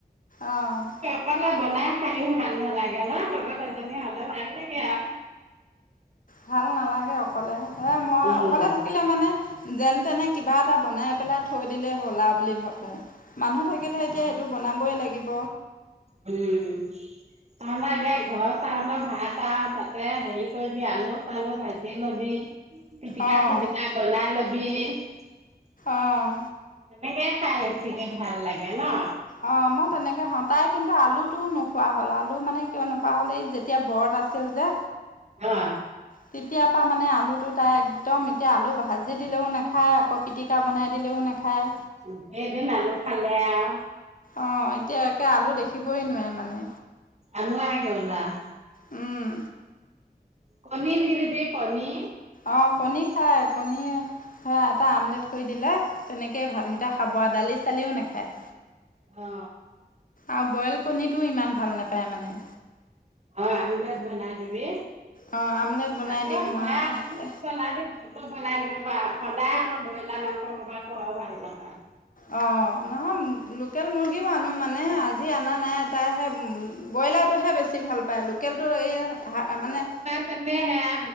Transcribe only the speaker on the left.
আহ।
ভাল নালাগে অকলে সে মই
অকলে থাকিলে মানে যেন তেনে কিবা এটা বনাই পেলাই থৈ দিলেই হ'লা বুলি ভাবোঁ। মানুহ থাকিলে
এতিয়া সেইটো বনাবই লাগিব।
অঁ
অঁ
অ' মই তেনেকে খাওঁ, তাই কিন্তু আলুটোও নোখোৱা হ'ল আল আলু মানে কিয় নোখোৱা হ'ল, এই যেতিয়া বৰত আছে যে।
তেতিয়া পাৰা মানে আলুটো তাই একদম এতিয়া আলু ভাজি দিলেও নাখায়, আকৌ পিটিকা বনাই দিলেও নাখায়।
অঁ, এতিয়া একে আলু দেখিবই নোৱাৰে মানে।
উম।
অ' কণী খায়, কণী সেই এটা আমলেট কৰি দিলে তেনেকেই ভাতকেইটা
খা বৰা দালি চালিও নেখায়
আৰু বইল কণীটোও ইমান ভাল নেপায় মানে
অঁ আমলেট বনাই
দিওঁ
আৰু
অঁ নহয় লোকেল মুৰ্গীও আনো মানে আজি অনা নাই তাইহে ব্ৰইলাৰটোহে বেছি ভাল পায় লোকেলটো এই হা মানে